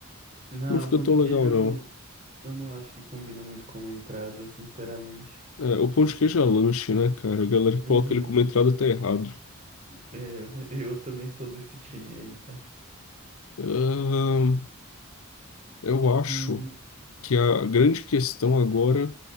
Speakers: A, on the right (about 35°); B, on the left (about 75°).
A: Não,
B: não fica
A: pão de
B: tão
A: queijo
B: legal,
A: eu,
B: não.
A: eu não acho que combina muito como entrada, sinceramente.
B: É, o pão de queijo é lanche, né, cara? A galera que
A: Uhum.
B: coloca ele como entrada tá errado.
A: É, eu também sou desse time aí, tá?
B: Ahn, eu acho
A: Hum,
B: que a grande questão agora